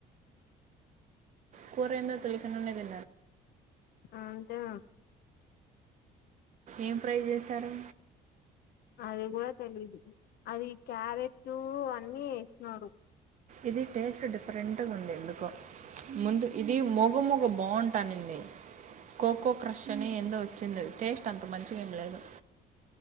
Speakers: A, on the right; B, on the left.
A: కూరేంద తెలిన్నదిడి
B: అ అంతా
A: ఏం ట్రై చేశారు
B: అది కూడా తెలీదు అది క్యారెట్ అన్ని ఇస్తున్నారు
A: ఇది టేస్ట్ డిఫరెంట్గా ఉంది ఎందుకో ముందు ఇది మగ మగ బాగుంటంది తనింది కోకో క్రష్ అని ఎంత వచ్చింది టేస్ట్ అంత మంచిగా ఏం లేదు